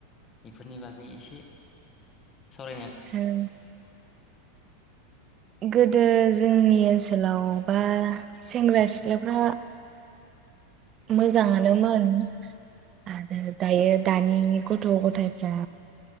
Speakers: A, on the left; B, on the right.
A: बेफोरनि बागै एसे सावरायनो
B: हम गोदो जोंनि ओनसोलाव बा सेंग्रा सिख्लाफ्रा मोजाङानोमोन आरो दायो दानि गथ गथायफ्रा